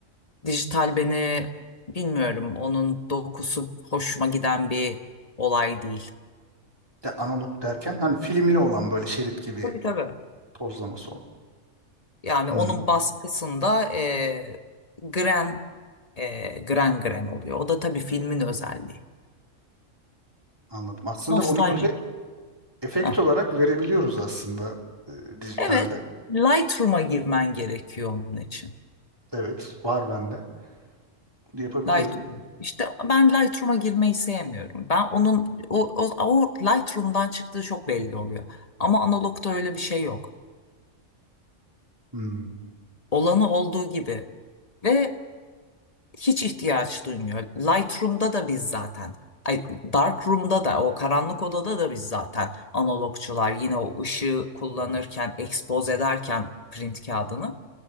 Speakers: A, on the left; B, on the right.
A: Dijital beni bilmiyorum. Onun dokusu hoşuma giden bir olay değil.
B: De analog derken hani filmli olan böyle şerit gibi
A: Tabii tabii.
B: tozlaması olan.
A: Yani
B: Hmm,
A: onun baskısında e, gren e, gren gren oluyor. O da tabii filmin özelliği.
B: anladım. Aslında
A: Nostaljik.
B: onu böyle efekt
A: Ha.
B: olarak verebiliyoruz aslında e, dijitalde.
A: Evet, Lightroom'a girmen gerekiyor onun için.
B: Evet, var bende. Bunu yapabiliyorum.
A: Lightroom. İşte ben Lightroom'a girmeyi sevmiyorum. Ben onun o, o, o Lightroom'dan çıktığı çok belli oluyor. Ama analogta öyle bir şey yok.
B: Hmm.
A: Olanı olduğu gibi ve hiç ihtiyaç duymuyor. Lightroom'da da biz zaten Ay, Darkroom'da da o karanlık odada da biz zaten analogçular yine o ışığı kullanırken expose ederken print kağıdını